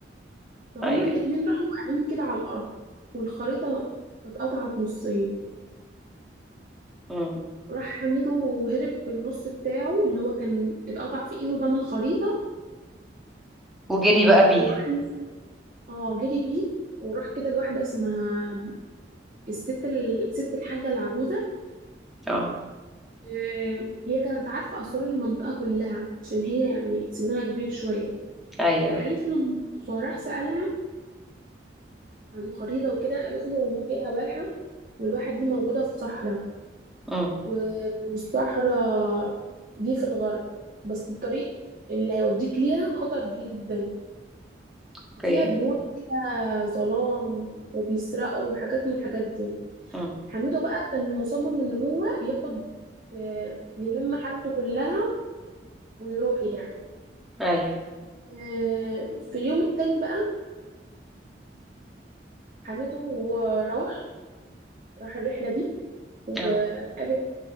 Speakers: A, on the right; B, in the centre.
A: فهما
B: ايوه
A: الاتنين راحوا واقعين كده على الأرض والخريطة اتقطعت نصين
B: مم.
A: راح حميدو وهرب بالنص بتاعه اللي هو كان اتقطع في ايده ده من الخريطة
B: وجري بقى
A: آه
B: بيه
A: وراح نس- اه جري بيه وراح كده لواحدة اسمها الست ال... ست الحاجة العجوزة
B: اه
A: آه، هي كانت عارفة أسرار المنطقة كلها عشان هي يعني سنها كبير شوية
B: ايوه
A: فقالت له فراح سألها عن الخريطة وكده قالت له إن فيها واحة والواحة دي موجودة في صحراء
B: امم
A: و- والصحراء دي في الغرب بس الطريق اللي هيوديك ليها خطر جدا
B: اوكي
A: وفيها جنود كده ظلام وبيسرقوا وحاجات من الحاجات دي
B: امم
A: حميدو بقى كان مصمم إن هو ياخد آه، يلم حاجته كلها ويروح يعني
B: ايوه
A: آه، في اليوم التاني بقى حميدو راح راح الرحلة دي وقابل
B: اه